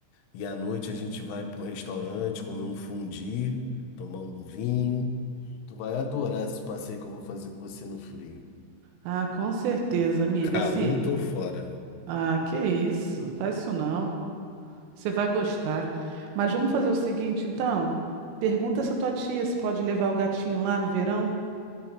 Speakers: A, on the left (about 80°); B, on the right (about 85°).
A: E à noite a gente vai para um restaurante, comer um fundi, tomar um vinho. Tu vai adorar esse passeio que eu vou fazer com você no frio.
B: Ah, com certeza, amiga.
A: Calor,
B: Assim.
A: tô fora.
B: Ah, que isso? Faz isso não. Você vai gostar. Mas vamos fazer o seguinte, então. Pergunta essa tua tia se pode levar o gatinho lá no verão.